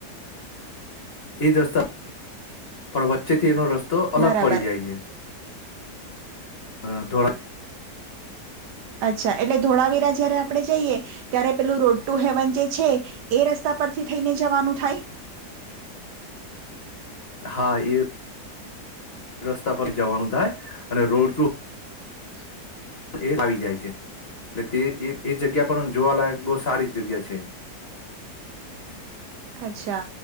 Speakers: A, on the left; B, on the right.
A: એ જ રસ્તા પણ વચ્ચેથી એનો રસ્તો તો અલગ
B: બરાબર
A: પડી જાય છે. હ થોડા
B: અચ્છા એટલે ધોળાવીરા જયારે આપણે જઈએ, ત્યારે પેલું રોડ ટુ હેવન જે છે એ, રસ્તા પરથી થઈને જવાનું થાય?
A: હા એ રસ્તા પર જવાનું થાય, અને રોડ
B: <inaudible>
A: એ આવી જાય છે, એટલે તે એ જગ્યા પણ જોવાલાયક બહ સારી જગ્યા છે.
B: અચ્છા,